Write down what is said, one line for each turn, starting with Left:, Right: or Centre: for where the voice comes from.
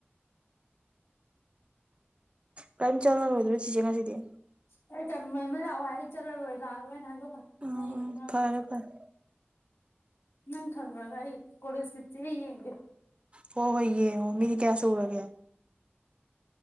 Right: ꯀꯥꯏꯝ ꯆꯥꯂꯅ ꯑꯣꯏꯗꯔꯣꯁꯤꯖ ꯉꯁꯤꯗꯤ
Left: ꯂꯥꯛꯑꯣ ꯆꯂꯔ ꯂꯥꯛꯣꯏꯅ ꯈꯔ
Right: ꯎꯝ ꯐꯔꯦ ꯐꯔꯦ
Left: ꯅꯪ ꯈꯪꯕꯔꯥ ꯑꯩ ꯀꯣꯂꯦꯁ ꯒꯤ ꯆꯦ ꯌꯦꯡꯗꯦ
Right: ꯍꯣꯏ ꯍꯣꯏ ꯌꯦꯡꯉꯣ ꯃꯤꯅꯤꯠ ꯀꯌꯥ ꯁꯨꯔꯒꯦ